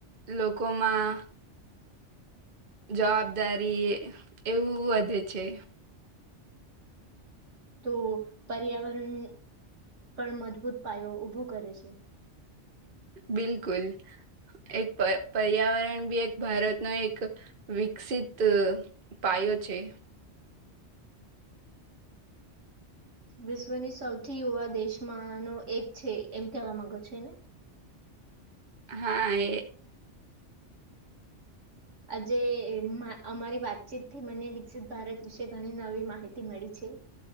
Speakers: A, on the right (about 50°); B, on the right (about 85°).
A: લોકોમાં જવાબદારી એવું વધે છે.
B: તો પર્યાવરણ પણ મજબૂત પાયો ઉભો કરે છે.
A: બિલકુલ એક પ પર્યાવરણ બી એક ભારતનો એક વિકસિત પાયો છે.
B: વિશ્વની સૌથી યુવા દેશમાંનો એક છે એમ કેવા માંગો છો ને?
A: હા એ
B: આજે એ અમારી વાતચીતથી મને વિકસિત ભારત વિશે ઘણી નવી માહિતી મળી છે.